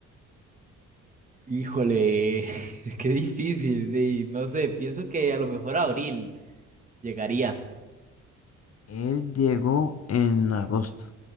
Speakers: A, on the right; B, on the left.
A: Híjole, <laughs> qué difícil, de- no sé, pienso que a lo mejor abril llegaría
B: Él llegó en agosto.